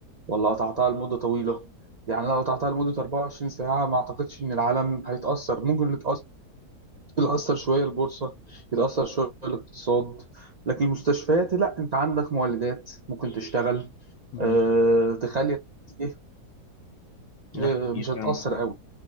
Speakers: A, on the right (about 85°); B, on the left (about 85°).
A: ولا قطعتها لمدة طويلة يعني لو قطعتها لمدة 24 ساعة ما اعتقدش ان العالم هيتأثر ممكن اللي يتأثر اللي يأثر شوية البورصة يتأثر شوية الاقتصاد لكن المستشفيات لا انت عندك مولدات ممكن تشتغل
B: مم.
A: أه تخلي ايه
B: ده
A: أه
B: حقيقي
A: مش هتتأثر
B: فعلا صح
A: قوي